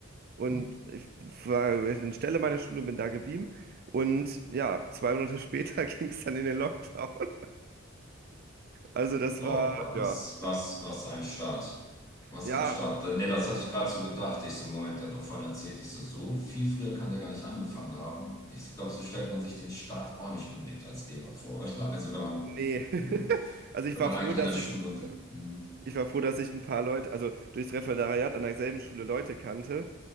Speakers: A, on the right; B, on the left.
A: und
B: Hm.
A: ich war in Stelle meiner Schule bin da geblieben. Und ja, zwei Monate später <laughs> ging es dann in den Lockdown. <laughs> Also das
B: Oh,
A: war,
B: was,
A: ja,
B: was, was ein Start. Was
A: ja,
B: ein Start. Nee, das hatte ich gerade so gedacht. Ich so, Moment, der hat doch vorhin erzählt, ich so, so viel früher kann der gar nicht angefangen haben. Ich glaube, so stellt man sich den Start auch nicht unbedingt als Lehrer vor, oder? Also wenn man,
A: nee. <laughs>
B: hm,
A: Also ich
B: wenn
A: war
B: man
A: froh,
B: eigentlich
A: dass
B: in der Schule
A: ich,
B: und.
A: äh,
B: hm,
A: Ich war froh, dass ich ein paar Leute, also durchs Referendariat an derselben Schule Leute kannte.